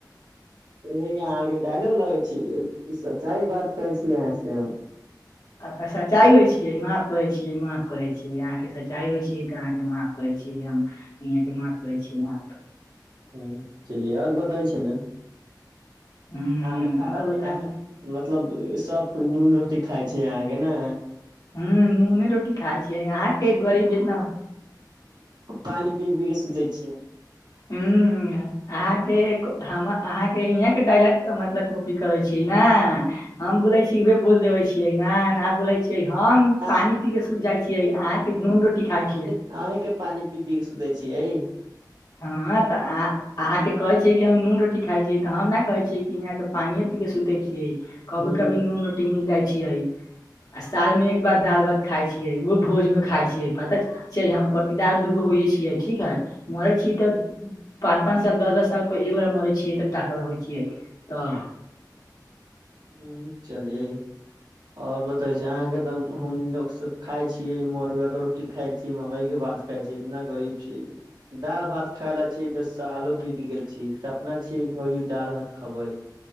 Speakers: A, on the right; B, on the left.
A: अहाँके डायलॉग लगे छी सच्चाइ बात करै छी यहाँ से हम
B: अ सच्चाइ होइियै माफ करैत छियै माफ करैत छियै अहाँके सच्चाइ छियै तऽ अहके माफ करैत छियै हम अहाँ के माफ करै छिय माफ
A: हँ चलिय आर बताबै छी ने
B: हूं
A: अहाँ कें खाना
B: आओर
A: पीनामे
B: बताबू
A: मतलब सब नून रोटी खाय छी अहाँके ने
B: हुँ नूने रोटी खाय छियै यहाँके गरीब जितना
A: पानि पी पी के सुतै छियै
B: हू अहाँके अहाँके इहाँ के डायलॉग मतलब कॉपी करै छीयै ने हम बोलै छी उह बोल देबे छियै न न बोलै छी हम
A: आह
B: पानी पी के सुूत जाइ छीयै अहाँ के नून रोटी खााय छीयै
A: अन्हि के पानि पीबी के सुतै छिय हइ
B: हँ तऽ आ अहाँं के कहे छियै कि हम नून रोटी खाय छियै तऽ हम ने कहे छियै कि यहां के पानि पी क के सुते छियै कभी
A: ह
B: कभी नून रोटी मिल जाइ छिय आ साल मे एक बार दाल भात खाय छियै ओहो भोज में खाय छियै पता छै हम पतिदार दूगो होइे छियै ठीक है मरैय छिय तऽ पाँच पाँच साल दस दस साल पर एगोरा मरे छियै तऽ टाकल होइ छियै तऽ
A: ह चलिये आओर बतै छै अहाँके तऽ हमलोग सब खाय छीयैमड़ुआ के रोटी खाय छिय मकई के भात खायई छी इतना गरीब छिय दालि भात खाय ले छै तऽ सालो बीत गेल छी सपना छी हौ ई दालि भात खबै